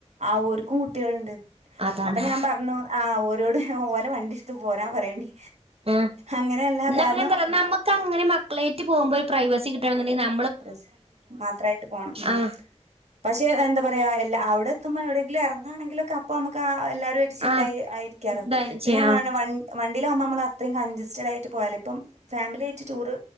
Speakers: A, on the right; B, on the right.
A: ആ ഓര്ക്കും കുട്ടികളുണ്ട്
B: അതാണ്
A: അപ്പൊ ഞാൻ പറഞ്ഞു ആ ഓരോടു ഓലെ വണ്ടിട്ത്ത് പോരാൻ പറയേണ്ടി
B: ഉ
A: അങ്ങനെയല്ല
B: ഇന്നാ
A: കാരണം
B: പിന്നെ ന്താ അറിയോ നമുക്കങ്ങനെ മക്കളേറ്റ് പോകുമ്പോ ഒര് പ്രൈവസി കിട്ടെണന്നുണ്ടെങ്കി ന
A: ഡ്രസ്സ്‌ മാത്രായിട്ട് പോണം ഉം
B: ആഹ്
A: പക്ഷെ എന്താ പറയാ എല്ല അവിടെ എത്തുമ്പോ എവിടെയങ്കിലുംഎറങ്ങാണെങ്കിലൊക്കെ അപ്പൊ നമുക്ക് എല്ലാരും ചില്ലായി
B: ആഹ്
A: ആയിരിക്കാലോ
B: ഇതാ
A: പിന്നെ
B: ചെയ്യാ
A: ഞാൻ പറഞ്ഞു വൺ വണ്ടിയിലാവുമ്പോ നമ്മൾ അത്രയും കഞ്ജസ്റ്റഡായിട്ട് പോയാലോ ഇപ്പം ഫാമിലി ആയിട്ട് ടൂറ്